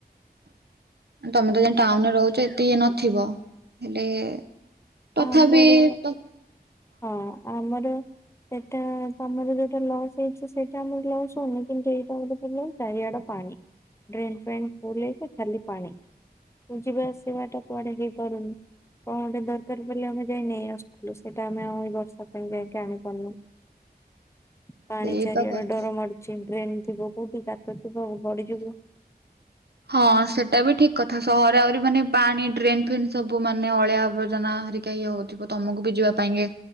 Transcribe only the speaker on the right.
ତମେତ ଯାଇଁ ଟାଉନରେ ରହୁଚ ଏତେ ଇଏ ନଥିବ ହେଲେ ତଥାପି
ତ
ସେଇ
ତ କଥା।
ହଁ ସେଟାବି ଠିକ୍ କଥା ସହର ଆହୁରି ମାନେ ପାଣି ଡ୍ରେନ୍ ଫ୍ରେନ୍ ସବୁ ମାନେ ଅଳିଆ ଆବର୍ଜନା ହେରିକା ଇଏ ହଉ ଥିବ ତମକୁବି ଯିବା ପାଇଁକି